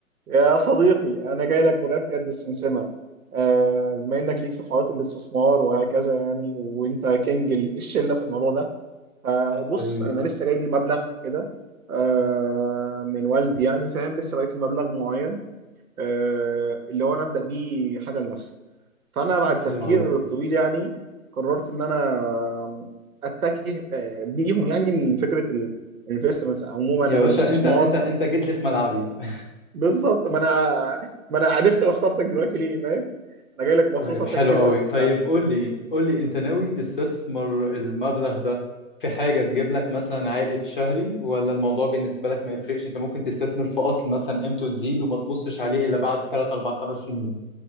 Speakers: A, on the right (about 80°); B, on the left (about 40°).
A: يا صديقي أنا جاي لك من رقبتي قد السمسمة آه، بما إنك ليك في حوارات الاستثمار وهكذا يعني وأنت كينج ال- الشلة في الموضوع ده فبص
B: حبيبي
A: أنا لسه جاي لي مبلغ كده آه، من والدي يعني فاهم لسه بقيت لي مبلغ معين آه، اللي هو أنا أبدأ بيه حاجة لنفسي فأنا بعد التفكير
B: حلو قوي
A: الطويل يعني قررت إن أنا أتجه آه، بيهم يعني لفكرة الانفستمنت عموما
B: يا
A: أو
B: باشا
A: الاستثمار
B: انت انت انت جيت لي في ملعبي <laughs>
A: بالظبط ما انا ما انا عرفت انا اخترتك دلوقتي ليه فاهم انا جاي لك مخصوص
B: طيب
A: عشان
B: حلو
A: كده
B: قوي طيب قول لي قول لي انت ناوي تستثمر المبلغ ده في حاجة تجيب لك مثلا عائد شهري ولا الموضوع بالنسبة لك ما يفرقش انت ممكن تستثمر في اصل مثلا قيمته تزيد وما تبصش عليه الا بعد 3 4 5 سنين